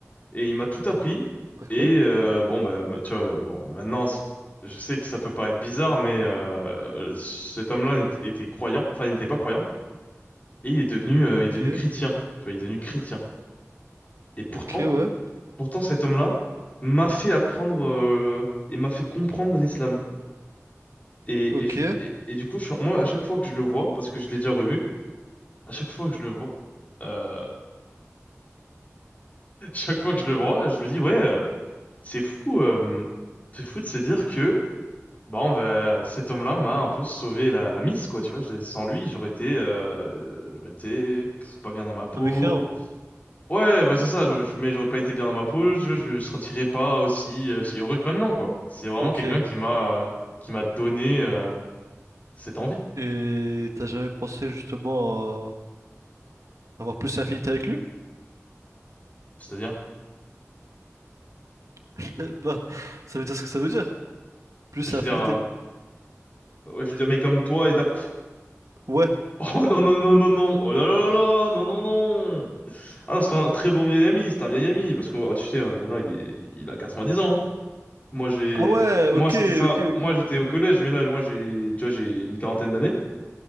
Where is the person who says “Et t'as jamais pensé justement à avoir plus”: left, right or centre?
Right